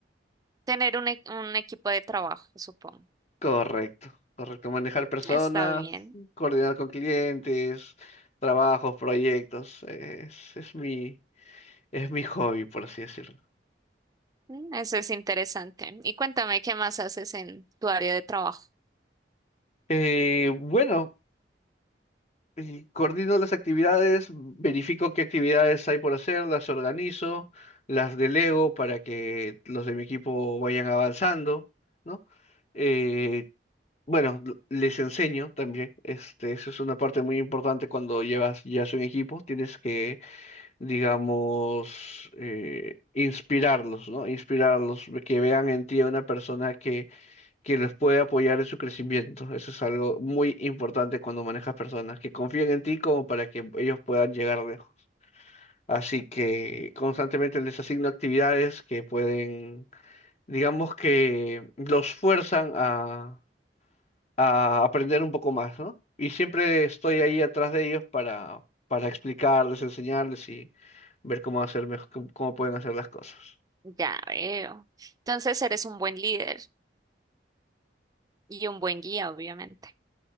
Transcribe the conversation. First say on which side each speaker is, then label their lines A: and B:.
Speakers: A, on the right; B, on the left.
A: Tener un, e- un equipo de trabajo, supongo.
B: Correcto, correcto. Manejar
A: Mm,
B: personas,
A: Está bien.
B: coordinar con clientes, trabajos, proyectos. Es, es mi... Es mi hobby, por así decirlo.
A: Mm, Eso es interesante. Y cuéntame qué más haces en tu área de trabajo.
B: Eh, bueno, y coordino las actividades, verifico qué actividades hay por hacer, las organizo, las delego para que los de mi equipo vayan avanzando, ¿no? Eh, bueno, l- les enseño también, este, eso es una parte muy importante cuando llevas ya un equipo, tienes que, digamos, eh, inspirarlos, ¿no? Inspirarlos, que vean en ti a una persona que que los puede apoyar en su crecimiento. Eso es algo muy importante cuando manejas personas, que confíen en ti como para que ellos puedan llegar lejos. Así que constantemente les asigno actividades que pueden, digamos que los fuerzan a, a aprender un poco más, ¿no? Y siempre estoy ahí atrás de ellos para, para explicarles, enseñarles y ver cómo hacer mejor, cómo pueden hacer las cosas.
A: Ya veo. Entonces eres un buen líder y un buen guía, obviamente.